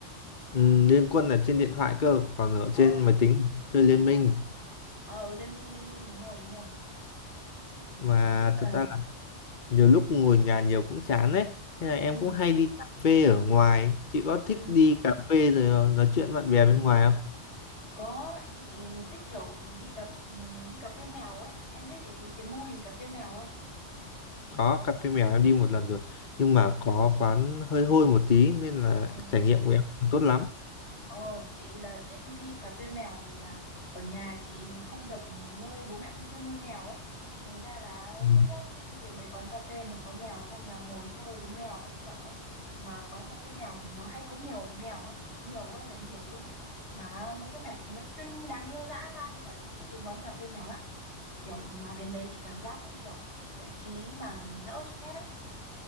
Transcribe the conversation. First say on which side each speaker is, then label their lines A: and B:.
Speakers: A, on the left; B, on the left.
A: Ừm, Liên Quân là trên điện thoại cơ còn ở
B: À,
A: trên máy tính chơi Liên
B: thế à.
A: Minh
B: Ờ, ừ, liên minh, liên minh, đúng rồi, đúng rồi.
A: mà
B: Nói chung
A: thật
B: là...
A: ra nhiều lúc ngồi nhà nhiều cũng chán đấy thế là em
B: Ừ,
A: cũng hay đi cà phê ở ngoài chị có thích
B: ừ.
A: đi cà phê rồi ờ, nói chuyện bạn bè bên ngoài không
B: Có, chị thích kiểu đi cà ừm, đi cà phê mèo ấy. Em biết cái cái mô hình cà phê mèo không?
A: có cà phê mèo em đi một lần rồi nhưng mà có quán hơi hôi một tí nên là
B: Ừ.
A: trải nghiệm của em không tốt lắm
B: Ờ, chị là thích đi cà phê mèo vì là ở nhà chị không được nuôi, bố mẹ không cho nuôi mèo ấy. Thành ra là
A: ừ.
B: thích lắm, thích đi đến mấy quán cà phê mà có mèo xong là ngồi chơi với mèo các kiểu ấy. Mà quán cà phê mèo thì nó hay có nhiều mèo ấy, nhiều ơi là nhiều luôn ấy. Mà mấy con mèo chị thấy nó xinh, đáng yêu dã man nên là thích đến quán cà phê mèo lắm. kiểu mà đến đấy chị cảm giác cũng kiểu giải trí mà đỡ stress ấy